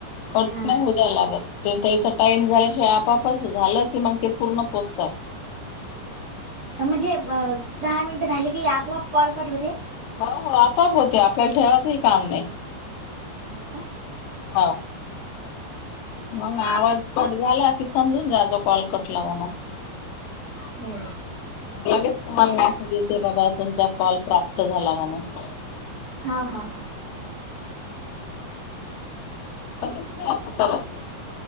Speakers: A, on the left (about 80°); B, on the right (about 65°).
A: कट
B: हा
A: नाही होऊ द्याय लागत ते. त्याचा टाइम झाल्याशिवाय आपोपच झालं की मग ते पूर्ण पोचतात.
B: म्हणजे दहा मिनट झाली की आपोआप कॉल कट होते.
A: हो हो आपोआप होते आपल्याला ठेवायचंही काम नाही.
B: हो काय ते?
A: हो. मग आवाज कट झाला कि, समजून जाचा कॉल कटला म्हणून!
B: हो
A: लगेच तुम्हाला मेसेज येते बा! तुमचा कॉल प्राप्त झाला म्हणून!
B: हा! हा!.
A: कधीच नाही असं करायचं!